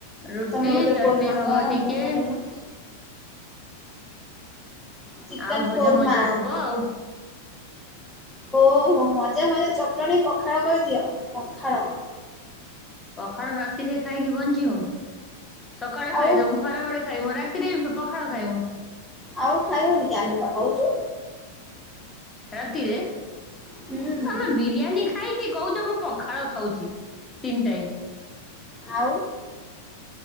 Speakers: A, on the left; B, in the centre.
A: ରୁଟି
B: ତମେ ଗୋଟେ
A: ଚଟଣି
B: କୋରମା
A: ହବ ଟିକେ।
B: କୋରମା କରୁନ ଚିକେନ
A: ଆଉ ଭଜା
B: କୋରମା
A: ମଜା ହବ ଆଉ।
B: ଓହୋ ମଜା ମଜା ଚଟଣି ପଖାଳ କରିଦିଅ ପଖାଳ।
A: ପଖାଳ ରାତିରେ ଖାଇକି ବଞ୍ଚିବୁ। ସକାଳେ ଖାଇଦବୁ
B: ଆଉ
A: ଖରାବଳେ ଖାଇବୁ ରାତିରେ ପଖାଳ ଖାଇବୁ।
B: ଆଉ ଖାଇ ବୁନି କି ଆମେ ପା ଖାଉଚୁ।
A: ରାତିରେ।
B: ହୁଁ
A: ତମେ ବିରିୟାନୀ ଖାଇକି କହୁଛ ମୁଁ ପଖାଳ ଖାଉଛି ତିନି ଟାଇମ୍।
B: ଆଉ।